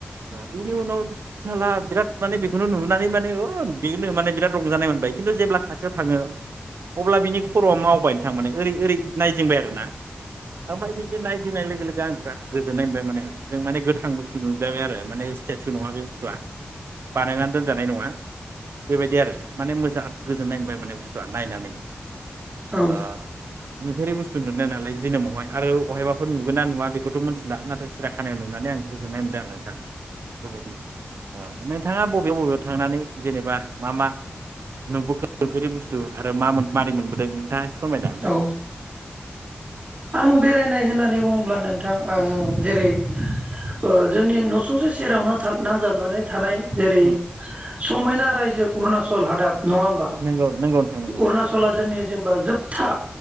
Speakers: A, on the right; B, on the right.
A: बिनि उनाव फिसाला बिराद माने बेखौनो नुहुनानै माने ओग बेनो माने बिराद रंजानायमोन। खिन्थु जेब्ला खाथियाव थाङो अब्ला बिनि खरआ मावबाय नोंथां माने ओरै ओरै नायजेंबाय आरो ना ओमफाय बिदि नाय गिदिंनाय लोगो लोगो आं बिराद गोजोन्नाय होनबाय माने जों माने गोथां बुस्थु नुजायबाय आरो माने स्टेसु नङा बे बुस्थुआ बानायना दोनजानाय नङा बेबायदि आरो माने मोजां गोजोननाय मोनबाय माने बुस्थुआ नायनानै
B: औ
A: ओ नुफेरै बुस्थु नुनो नालाय जोनोमावहाय आरो बहायबाफोर नुगोना नुवा बेखौथ' मिथिला नाथाय सिरियाखानायाव नुनानै आं गोजोन्नाय मोनदों आरो नोंथां। बेबायदि ओ नोंथाङा बबे बबेयाव थांनानै जेनेबा मा मा नुबोखो नुफेरि बुस्थु आरो मा मोन मारै मोनबोदों नोंथाङा? फोरमायनो हागोन
B: औ आं बेरायनाय होननानै बुङोब्ला नोंथां ओ जेरै ओ जोंनि न सुंसे सेरावनो था नांजाबनानै थानाय जेरै
A: ना
B: समायना रायजो अरुणाचल हादाब नङा होमबा
A: नंगौ नंगौ नोंथां नंगौ
B: अरुणाचला जोंनि जेनेबा जोब था